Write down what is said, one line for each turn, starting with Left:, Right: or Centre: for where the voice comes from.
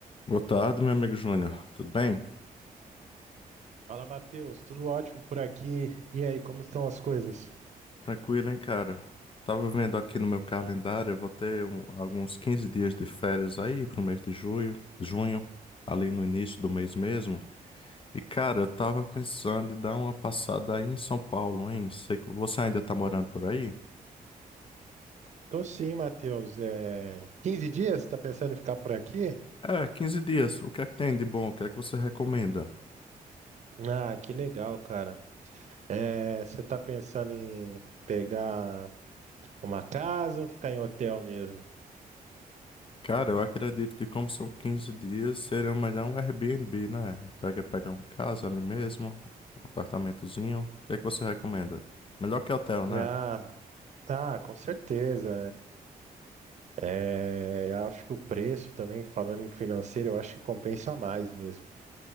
Left: Boa tarde, meu amigo Júnior. Tudo bem?
Right: Fala, Matheus, tudo ótimo por aqui. E aí, como estão as coisas?
Left: Tranquilo, hein, cara? Tava vendo aqui no meu calendário, eu vou ter um- alguns 15 dias de férias aí pro mês de junho, junho, ali no início do mês mesmo. E, cara, eu tava pensando em dar uma passada aí em São Paulo, hein? Sei que você ainda tá morando por aí?
Right: Tô sim, Matheus. É... 15 dias? Tá pensando em ficar por aqui?
Left: É, quinze dias. O que é que tem de bom? O que é que você recomenda?
Right: Ah, que legal, cara. É... Você tá pensando em pegar uma casa ou ficar em hotel mesmo?
Left: Cara, eu acredito que como são 15 dias, seria melhor um Airbnb, né? Pega, pega uma casa ali mesmo, um apartamentozinho. O que é que você recomenda? Melhor que hotel, né?
Right: Ah, ah, com certeza. É... É... Acho que o preço também, falando em financeiro, eu acho que compensa mais mesmo.